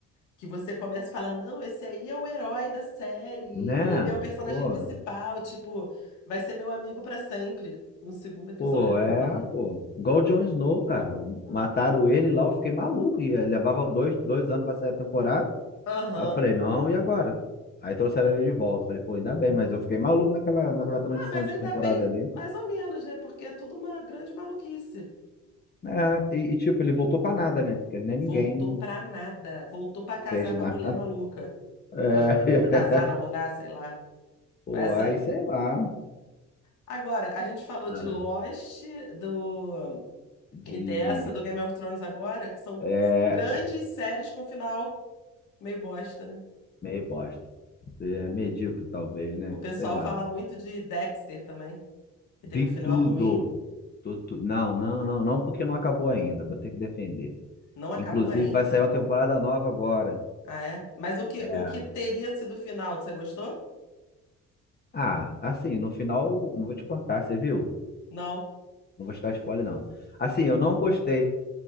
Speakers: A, on the left; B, on the left.
A: que você começa e fala: não, esse aí é o herói da série, e
B: Né?
A: ele é o personagem
B: Pô,
A: principal, tipo, vai ser meu amigo pra sempre. No segundo episódio
B: pô,
A: ele
B: é,
A: morre.
B: pô. Igual o Jon Snow, cara. Mataram ele lá, eu fiquei maluco. E aí levava dois, dois anos pra sair a temporada.
A: Aham.
B: Aí eu falei, não, e agora? Aí trouxeram ele de volta. Falei, pô, ainda bem, mas eu fiquei maluco naquela, naquela transição
A: Ah, mas
B: de
A: ainda
B: temporada
A: bem,
B: ali.
A: mais ou menos, né? Porque é tudo uma grande maluquice.
B: É, e, e, tipo, ele voltou pra nada, né? Porque nem
A: Voltou
B: ninguém
A: pra nada. Voltou pra casar
B: fez
A: com
B: nada.
A: a mulher maluca.
B: É,
A: Pra f-
B: <laughs>
A: casar, namorar, sei lá.
B: pô,
A: Essa.
B: aí sei lá.
A: Agora, a gente falou
B: Ah,
A: de Lost, do.
B: de.
A: E dessa do Game of Thrones agora, que são
B: É,
A: grandes séries com final meio bosta, né?
B: meio bosta. É,
A: É.
B: medíocre, talvez, né?
A: O pessoal
B: Sei lá.
A: fala muito de Dexter também, que
B: Vi
A: teve um final
B: tudo.
A: ruim.
B: Tô tu- Não, não, não, não, porque não acabou ainda. Vou ter que defender.
A: Não acabou
B: Inclusive,
A: ainda?
B: vai sair uma temporada nova agora.
A: Ah, é? Mas o que,
B: É.
A: o que teria sido o final? Você gostou?
B: Ah, assim, no final, não vou te contar, você viu?
A: Não.
B: Não vou te dar spoiler, não. Assim, eu não gostei.